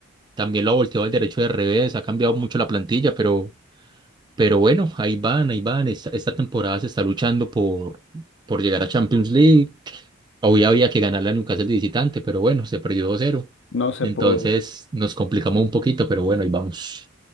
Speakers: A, on the right; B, on the left.
A: también lo ha volteado al derecho de revés, ha cambiado mucho la plantilla, pero pero bueno, ahí van, ahí van. Esta, esta temporada se está luchando por, por llegar a Champions League. Hoy había que ganarle a Newcastle de visitante, pero bueno, se perdió 2-0.
B: no se
A: Entonces
B: pudo.
A: nos complicamos un poquito, pero bueno, ahí vamos.